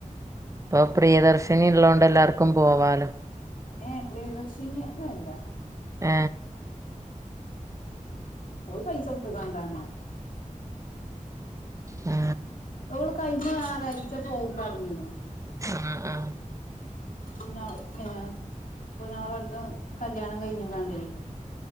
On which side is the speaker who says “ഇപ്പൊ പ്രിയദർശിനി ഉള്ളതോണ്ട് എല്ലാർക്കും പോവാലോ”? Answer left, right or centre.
Right